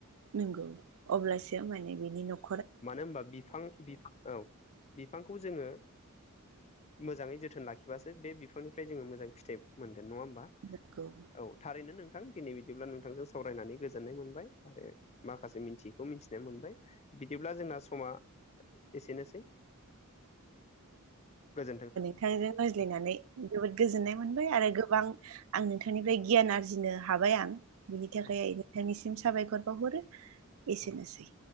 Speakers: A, on the right (about 70°); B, on the left (about 30°).
A: नंगौ अब्लासो माने बिनि न'खर
B: मानो होनबा बिफां बिफां औ बिफांखौ जोङो मोजाङै जोथोन लाखिबासो बे बिफांनिफ्राय जोङो मोजां फिथाइ मोनगोन नङा होमबा
A: नगौ।
B: औ थारैनो नोंथां दिनै बिदिब्ला नोंथांजों सावरायनानै गोजोननाय मोनबाय आरो। माखासे मिथियैखौ मिथिनाय मोनबाय बिदिब्ला जोंना समा एसेनोसै गोजोन्थों।
A: बिथांजों रायज्लायनानै
B: औ
A: जोबोद गोजोननाय मोनबाय आरो गोबां आं नोंथांनिफ्राय गियान आरजिनो हाबाय आं बिनि थाखाय
B: औ
A: आ नोंथांनिसिम साबायखर बावहरो एसेनोसै,
B: औ